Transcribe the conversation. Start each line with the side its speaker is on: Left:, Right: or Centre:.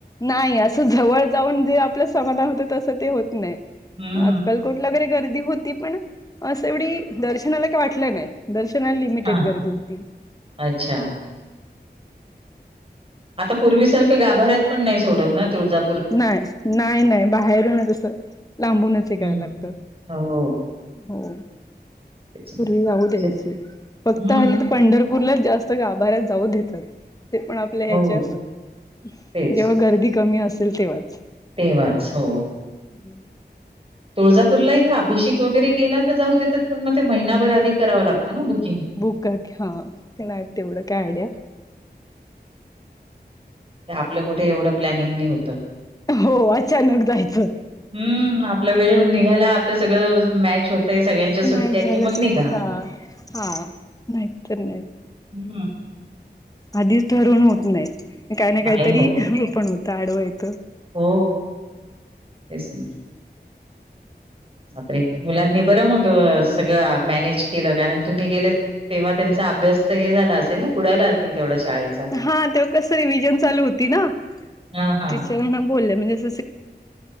Left: नाही असं जवळ जाऊन जे आपलं समाधान होत तसं ते होत नाही.
Right: हम्म.
Left: अ कलकोटला वगैरे गर्दी होती पण असं एवढी दर्शनाला काय वाटलं नाही दर्शना
Right: हां,
Left: केट गर्दी होती.
Right: अच्छा. आता पूर्वीसारखं गाभऱ्यात पण नाही सोडत ना तुळजा
Left: नाही नाही नाही बाहेरून तस लांबूनच हे
Right: हं.
Left: करायला लागतं.
Right: हो,
Left: हो
Right: तेच ना.
Left: पूर्वी
Right: म्हणजे
Left: जाऊ द्यायची फक्त
Right: हं.
Left: आता पंढरपूरलाच जास्त गाभाऱ्यात जाऊ देतात. ते पण आपल्या ह्याच्यात
Right: हो, तेच.
Left: जेव्हा गर्दी कमी असेल तेव्हाच.
Right: तेव्हाच हो.
Left: रिकामा ऑडिओ
Right: तुळजापूरलाही अभिषेक वगैरेला तर जाऊ देतात पण मग ते महिनाभर आधी करावं लागतं ना बुकिंग.
Left: बुक करके हा नाई तेवढं काय आयडिया.
Right: आपलं कुठे एवढं प्लॅनिंग नाही होतं.
Left: हो अचानक जायचं
Right: हम्म आपला वेळ निघायला आपलं सगळं मॅच होत. ते सगळ्यांच्या. सुट्ट्या,
Left: माहीत झालं
Right: की मग
Left: कि
Right: निघा.
Left: हा हा नाही तर नाही.
Right: हम्.
Left: आधीच ठरवून होत नाही काही ना काहीतरी
Right: नाही होत.
Left: पण होतं आडवा येतं.
Right: हो तेच ना. अपरे मुलांनी बरं मग सगळं मॅनेज केलं कारण तुम्ही गेलेत... तेव्हा त्यांचा अभ्यास तर हे झाला असेल ना बुडाला असेल तेवढ्या शाळेत.
Left: हा तेव्हा कस रिव्हजन चालू होती ना
Right: हां, हां.
Left: टीचरांना बोललं मी तसं.